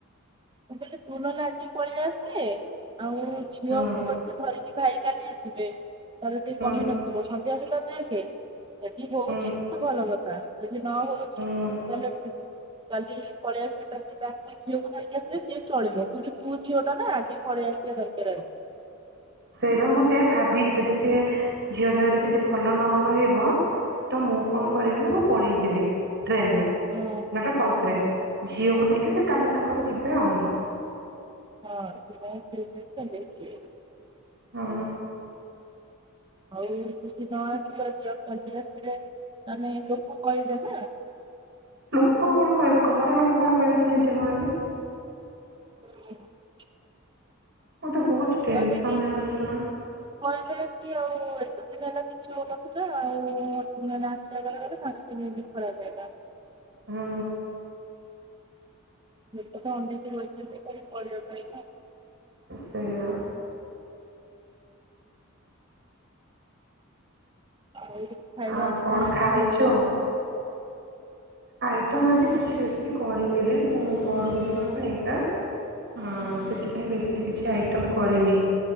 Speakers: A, on the right; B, on the right.
A: ବେଳେ ତୁ ନ ଯା <unintelligible> ପଳେଇ ଆସ। <unintelligible> ଆଉ ଝିଅକୁ
B: ହୁଁ
A: ବସି ଧରି ଏ ଭାଇ କାଲି ଆସ୍ ଥିବେ, ତାର କେହି
B: ହୁଁ
A: କମି ନଥିବ ସ ତା ସହିତ <unintelligible> ଯଦି ହଉଛି
B: ହୁଁ
A: ତ ଭଲ କଥା ଯଦି ନ ହଉଛି
B: ହୁଁ।
A: ତାହେଲେ ଉମ। କାଲି ପଳେଇ ଆସି <unintelligible> ଝିଅକୁ ଧରିକି ଆସି। ସିଏ ଚଳିବ କିନ୍ତୁ ତୁ ଝିଅ ଟା ନା ଆଗେ ପଳେଇ ଆସିବା ଦରକାର ଆରୁ।
B: ସେଇବା ମୁଁ ସେଇୟା ଭାବି ଯଦି ସେ ଝିଅ ଦେହ ଯଦି ଆଜି ଭଲ ନ ରହିବ, ତ ମୁଁ କଣ କରିବି ନା ମୁଁ ପଳେଇ ଯିବି। ଟ୍ରେନଲେ
A: ଆଜି।
B: ନାଟା ବସରେ
A: ହଁ।
B: ଝିଅକୁ ନେଇ କି ସେ କାଲି ତାଙ୍କର ଯିବେ ଆଉ
A: <unintelligible>
B: ହୁଁ।
A: ଆଉ ଯଦି ନ ଆସିବ ଜବ କଣ୍ଟିନିଅସ୍ ଥିଲେ, ଆମେ ଲୋକ କହିବେ ନା।
B: ଲୋକ କଣ କହିବେ? ଘର ଲୋକ କଣ କହିବେ? ତୁ ନିଜେ କହନି।
A: <unintelligible>
B: ମୋତେ ବହୁତ ଟେନସନ୍
A: କହିବେ କି
B: ଜାଣିଛୁ ନା।
A: କହିବେ କି ଆଉ ଏତେ ଦିନ ହେଲା କିଛି ହଉନଥିଲା ଆଉ ନା ନା। <unintelligible>
B: ହୁଁ।
A: ମିଡ କତ ଅନେଇ କି ବଇଛନ୍ତି ଆଉ। ପଢ଼ିବା ପାଇଁ ବା
B: ସେଇୟା।
A: ଆଉ ଖାଇବା
B: ଆଉ
A: ଆଜି କଣ ଆଇଟମ୍
B: ଖାଇଛୁ?
A: ହେଇଥିଲା।
B: ଆଇଟମ୍ ଆଜି କିଛି ବେଶୀ କରିନିରେ ମୁଁ ଘରକୁ ଯିବା ପାଇଁ କା। ହଁ ସେଥିପାଇଁ ବେଶୀ କିଛି ଆଇଟମ୍ କରିନି।